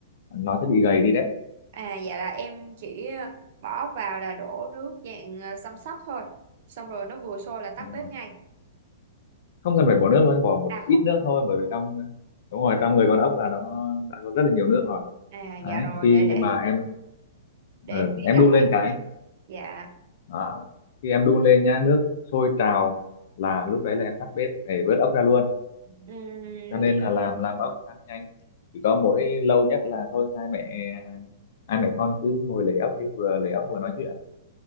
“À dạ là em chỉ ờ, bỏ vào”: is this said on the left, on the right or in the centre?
Right